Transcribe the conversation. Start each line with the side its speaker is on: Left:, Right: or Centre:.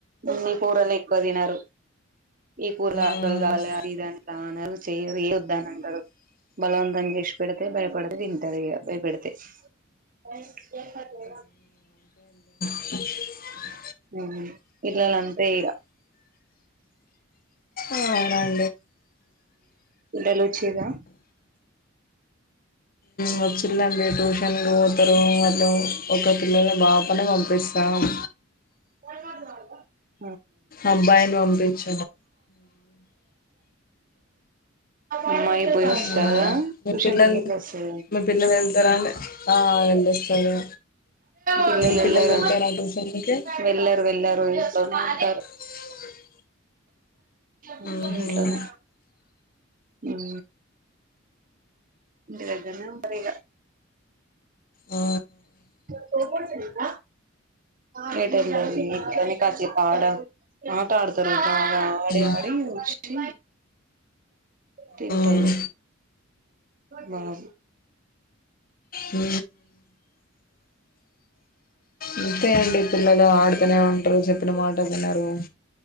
Right: అన్ని కూరలు ఎక్కువ తినరు. ఈ కూర
Left: మ్మ్
Right: ఆ కూర కాల అది ఇందంట అ చెయ్యరు, ఏ వద్దు అనంటరు. బలవంతంగ ఏసీ పెడితే భయపడితే తింటరు ఇగ భయపెడితే. అ లే ఫట్ట
Left: అ
Right: ఉ పిల్లలంతే ఇగ
Left: అవున
Right: పిల్లలు వచ్చిలా
Left: వచ్చిల్లు అండి. ట్యూషన్ పోతరు అట్ల ఒక పిల్లని బాపని పంపిస్ తావ్
Right: రాల
Left: అంబాయిన్ వంపిచ్
Right: అమ్మాయి పోయెస్
Left: మ్మ్
Right: సా
Left: మీ
Right: టూషన్
Left: పిల్లలు
Right: కి ఎల్లేసి
Left: మీ పిల్లలు వెళ్తారా అండి ఆ వెళ్ళొస్తారు
Right: పిల్లలు
Left: మీ
Right: వెళ్లరు,
Left: వెళ్తారా ట్యూషన్కి
Right: వెళ్లరు వెళ్లరు ఇంట్లొనే ఉంటారు.
Left: <unintelligible>
Right: ఉ
Left: మ్మ్ హ్మ్
Right: ఇంట్లోనే ఉ ఇంటి దగ్గర్నే ఉంటరిగ
Left: ఆ
Right: తోపరిదిగా లేట్ ఎల్లరు, కానీ కాసేపు ఆడ ఆట ఆడతరు బా ఆ అడి
Left: మ్మ్
Right: ఆడి వచ్చి తింతడు
Left: మ్మ్
Right: బాబు
Left: ఊ అంతే అండి పిల్లలు ఆడుతూనే ఉంటారు చెప్పిన మాటలు వినరు